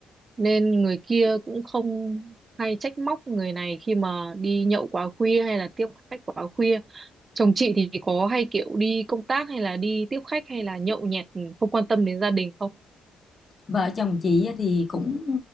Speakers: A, on the right; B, on the left.
A: nên người kia cũng không hay trách móc người này khi mà đi nhậu quá khuya hay là tiếp khách quá khuya chồng chị thì có hay kiểu đi công tác hay là đi tiếp khách hay là nhậu nhẹt không quan tâm đến gia đình không
B: Vợ chồng chị thì cũng